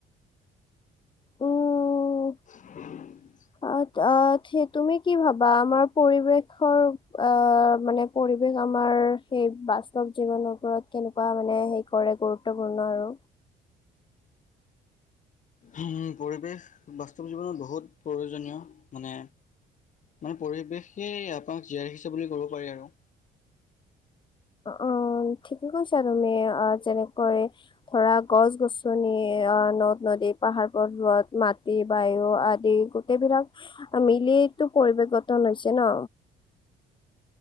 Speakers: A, on the left; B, on the left.
A: অ'।
B: <inaudible>
A: অ' তুমি কি ভাবা আমাৰ পৰিৱেশৰ আহ মানে পৰিৱেশ আমাৰ সেই বাস্তৱ জীৱনৰ ওপৰত কেনেকুৱা মানে হে কৰে গুৰুত্বপূৰ্ণ আৰু?
B: উ পৰিৱেশ বাস্তৱ জীৱনত বহুত প্ৰয়োজনীয় মানে মানে পৰিৱেশেই আপোনাক জীয়াই ৰাখিছে বুলি ক'ব পাৰি আৰু।
A: অ' ঠিকে কৈছা তুমি অ' যেনেকৈ ধৰা গছ গছনি অ' নদ নদী পাহাৰ প‌ৰ্বত মাটি, বায়ু আদি গোটেইবিলাক মিলি-টো পৰিৱে গঠন হৈছে ন।